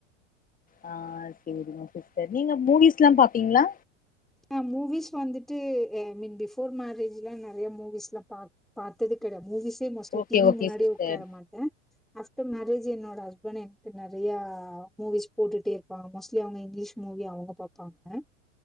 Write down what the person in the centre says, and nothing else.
ஆ மூவிஸ் வந்துட்டு ஐ மீன் பிஃபோர் மேரேஜ்ல்லா நெறயா மூவிஸ்ல்லா பாத் பாத்தது டெடா மூவிஸே மோஸ்ட்லி
டி வி
முன்னாடி
உக்கார மாட்டே ஆஃப்டர் மேரேஜ் என்னோட ஹஸ்பண்ட் எனக்கு நெறயா மூவிஸ் போட்டுட்டேருப்பாங்க மோஸ்ட்லி அவுங்க இங்கிலீஷ் மூவி மூவி அவுங்க பாப்பாங்க